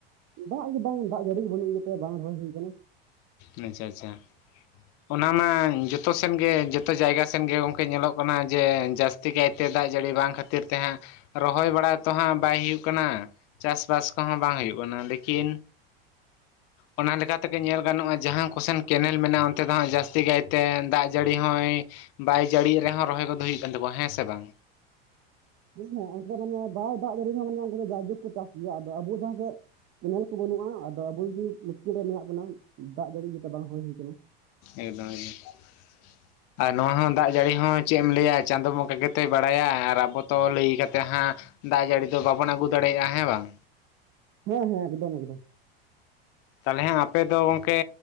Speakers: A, on the right; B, on the left.
A: ᱫᱟᱜ ᱜᱮ ᱵᱟᱝ ᱫᱟᱜ ᱡᱟᱹᱲᱤ ᱜᱮ ᱵᱟᱹᱱᱩᱜ ᱤᱭᱟᱹᱛᱮ ᱵᱟᱝ ᱨᱚᱦᱚᱭ ᱦᱩᱭ ᱟᱠᱟᱱᱟ᱾
B: ᱟᱪᱪᱷᱟ ᱟᱪᱪᱷᱟ᱾ ᱚᱱᱟ ᱢᱟ ᱡᱚᱛᱚ ᱥᱮᱱ ᱜᱮ ᱡᱚᱛᱚ ᱡᱟᱭᱜᱟ ᱥᱮᱱ ᱜᱮ ᱜᱚᱝᱠᱮ ᱧᱮᱞᱚᱜ ᱠᱟᱱᱟ ᱡᱮ ᱡᱟᱹᱥᱛᱤ ᱠᱟᱭᱛᱮ ᱫᱟᱜ ᱡᱟᱹᱲᱤ ᱵᱟᱝ ᱠᱷᱟᱹᱛ ᱛᱤᱨ ᱛᱮ ᱦᱟᱸᱜ ᱨᱚᱦᱚᱭ ᱵᱟᱲᱟ ᱛᱚ ᱦᱟᱸᱜ ᱵᱟᱭ ᱦᱩᱭᱩᱜ ᱠᱟᱱᱟ᱾ ᱪᱟᱥᱵᱟᱥ ᱠᱚᱦᱚᱸ ᱵᱟᱝ ᱦᱩᱭᱩᱜ ᱠᱟᱱᱟ ᱞᱮᱠᱤᱱ, ᱚᱱᱟ ᱞᱮᱠᱟ ᱛᱮᱜᱮ ᱧᱮᱞ ᱜᱟᱱᱚᱜᱼᱟ ᱾ ᱡᱟᱦᱟᱸ ᱠᱚᱥᱮᱱ ᱠᱮᱱᱮᱞ ᱢᱮᱱᱟᱜᱼᱟ ᱚᱱᱛᱮ ᱫᱚ ᱦᱟᱸᱜ ᱡᱟᱹᱥᱛᱤ ᱠᱟᱭᱛᱮ ᱫᱟᱜ ᱡᱟᱹᱲᱤ ᱦᱚᱸᱭ ᱵᱟᱭ ᱡᱟᱹᱲᱤᱭ ᱨᱮᱦᱚᱸ ᱨᱚᱦᱚᱭ ᱠᱚᱫᱚ ᱦᱩᱭᱩᱜ ᱠᱟᱱ ᱛᱟᱠᱚᱣᱟ ᱦᱮᱸ ᱥᱮ ᱵᱟᱝ?
A: ᱦᱮᱸ ᱚᱱᱛᱮ ᱫᱚ ᱢᱟᱱᱮ ᱵᱟᱭ ᱫᱟᱜ ᱡᱟᱹᱲᱤ ᱨᱮᱦᱚᱸ ᱢᱟᱱᱮ ᱩᱱᱠᱩ ᱫᱚ ᱡᱟᱭᱡᱩᱜᱽ ᱠᱚ ᱪᱟᱥ ᱜᱮᱭᱟ ᱟᱫᱚ ᱟᱵᱚ ᱡᱟᱦᱟᱸ ᱥᱮᱜ ᱠᱮᱱᱮᱞ ᱠᱚ ᱵᱟᱹᱱᱩᱜᱼᱟ ᱟᱫᱚ ᱟᱵᱚᱜᱮ ᱢᱩᱥᱠᱤᱞ ᱨᱮ ᱢᱮᱱᱟᱜ ᱵᱚᱱᱟ ᱫᱟᱜ ᱵᱟᱹᱱᱩᱜ ᱤᱭᱟᱹᱛᱮ ᱵᱟᱝ ᱨᱚᱦᱚᱭ ᱦᱩᱭ ᱟᱠᱟᱱᱟ᱾
B: ᱮᱠᱫᱚᱢ ᱮᱠᱫᱚᱢ᱾ ᱟᱨ ᱱᱚᱣᱟ ᱦᱚᱸ ᱫᱟᱜ ᱡᱟᱹᱲᱤ ᱦᱚᱸ ᱪᱮᱜ ᱮᱢ ᱞᱟᱹᱭᱟ ᱪᱟᱸᱫᱚ ᱵᱚᱸᱜᱟ ᱜᱮᱛᱚᱭ ᱵᱟᱲᱟᱭᱟ ᱟᱨ ᱟᱵᱚ ᱛᱚ ᱞᱟᱹᱭ ᱠᱟᱛᱮᱫ ᱦᱟᱸᱜ ᱫᱟᱜ ᱡᱟᱹᱲᱤ ᱫᱚ ᱵᱟᱵᱚᱱ ᱟᱹᱜᱩ ᱫᱟᱲᱮᱭᱟᱜᱼᱟ ᱦᱮᱸ ᱵᱟᱝ?
A: ᱦᱮᱸ ᱦᱮᱸ ᱮᱠᱫᱚᱢ ᱮᱠᱫᱚᱢ᱾
B: ᱛᱟᱞᱦᱮᱸ ᱟᱯᱮ ᱫᱚ ᱜᱚᱝᱠᱮ